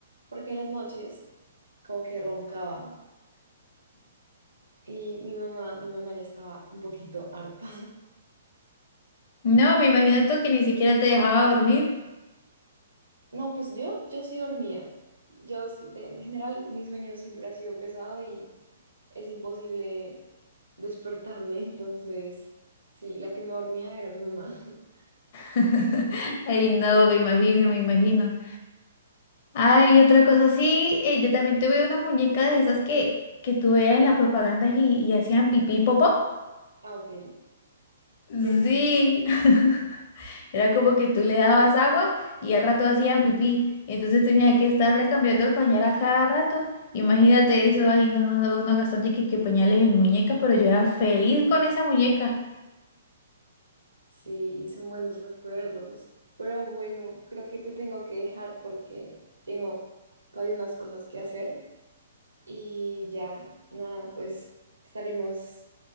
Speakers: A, on the right (about 80°); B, on the left (about 45°).
A: porque en las noches como que roncaba y mi mamá, mi mamá ya estaba un poquito harta. <laughs>
B: No, me imagino tú que ni siquiera te dejaba dormir.
A: No, pues yo, yo sí dormía. Yo sí, de- en general, mi sueño siempre ha sido pesado y es imposible despertarme, entonces, sí, la que no dormía era mi mamá. <laughs>
B: <laughs> Ay, no, me imagino, me imagino. Ay, otra cosa, sí, eh, yo también tuve una muñeca de esas que, que tú veías en las propagandas y, y hacían pipí y popó.
A: Ah, ok.
B: Sí,
A: Creo que sí,
B: <laughs> era como que tú le dabas agua y al rato hacían pipí, entonces tenía que estarle cambiando el pañal a cada rato. Imagínate eso ahí, no, no, no, uno gastando y que, que pañales en muñeca, pero yo era feliz con esa muñeca.
A: sí, son buenos recuerdos. Pero bueno, creo que te tengo que dejar porque tengo todavía unas cosas que hacer y ya, nada, pues estaremos